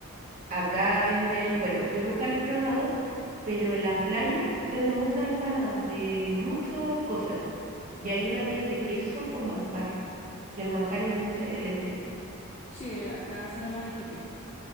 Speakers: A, on the right (about 35°); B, on the left (about 30°).
A: Acá venden, bueno, yo nunca la he probado, pero en las playas venden muchas empanadas de muchas cosas. Y hay una que es de queso con manjar, que el manjar es dulce de leche.
B: Sí, eh, acá se llama arequipe.